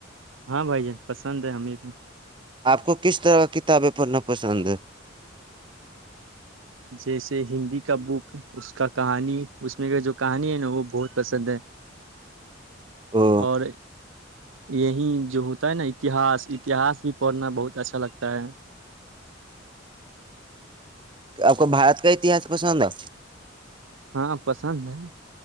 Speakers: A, on the right (about 80°); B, on the right (about 25°).
A: ہاں بھائی جان پسند ہے ہمیں بھی
B: آپ کو کس طرح کا کتابیں پڑھنا پسند
A: جیسے ہندی کا بک اس کا کہانی اس میں کا جو کہانی ہے نا وہ بہت پسند ہے
B: او
A: اور یہی جو ہوتا ہے نا اتہس اتہس بھی پڑھنا بہت اچھا لگتا ہے
B: آپ کو بارت کا اتہاس پسند ہے
A: ہاں پسند ہیں